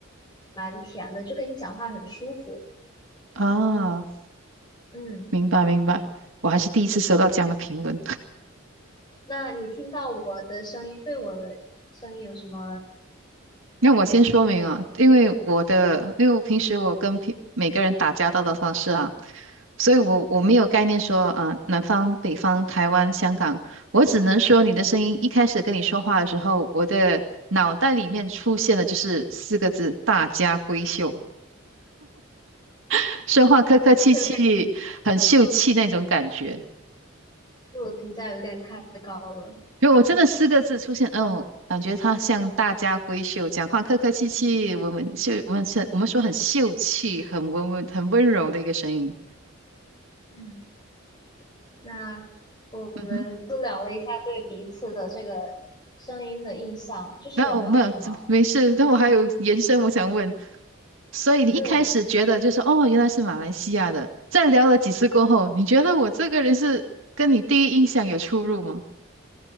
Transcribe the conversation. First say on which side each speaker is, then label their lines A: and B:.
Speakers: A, on the left; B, on the right.
A: 蛮甜的，就跟你讲话很舒服。
B: 啊，
A: 嗯，
B: 明白明白，我还是第一次收到这样的评论。
A: 那你听到我的声音，对我的声音有什么
B: 那我先说明啊，因为我的，因为我平时我跟平每个人打交道的方式啊，所以我我没有概念说啊、呃南方、北方、台湾、香港，我只能说你的声音一开始跟你说话的时候，我的脑袋里面出现的就是四个字“大家闺秀”，<laughs> 说话客客气气，
A: 这有点
B: 很秀气那种感觉。
A: 嗯自我评价有点太高了。
B: 因为我真的四个字出现，哦，感觉他像大家闺秀，讲话客客气气，文文秀，我们秀，我们说很秀气，很温文，很温柔的一个声音。
A: 嗯那我们就聊了一下对彼此的这个声音的印象，
B: 嗯哼，
A: 就是有没有什么，
B: 那我没有，这没事，但我还有延伸，我想问，所以你一开始觉得就是哦，
A: 嗯，
B: 原来是马来西亚的，在聊了几次过后，你觉得我这个人是跟你第一印象有出入吗？